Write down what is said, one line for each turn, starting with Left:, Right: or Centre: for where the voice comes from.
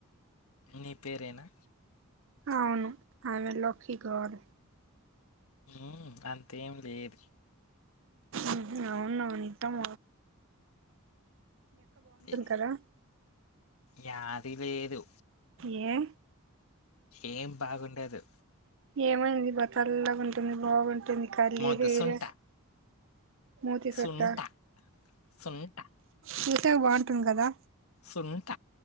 Left: నీ పేరేనా
Right: అవును ఆమె లోక్కి గర్ల్
Left: ఊ ఉ అంతేం లేద్
Right: ఉహు అవున నిద్దమ
Left: ఏ
Right: కదా
Left: యాది లేేదు
Right: ఏ
Left: ఏం బాగుండదు
Right: ఏమైంది బా తెల్లగుంటుంది బాగుంటుంది కర్లీ
Left: మొదుసుంట
Right: హెయిర్ మూతి
Left: సుంట
Right: సొట్ట
Left: సుంట
Right: చూసేకి బాగుంటుంది కదా
Left: సుంట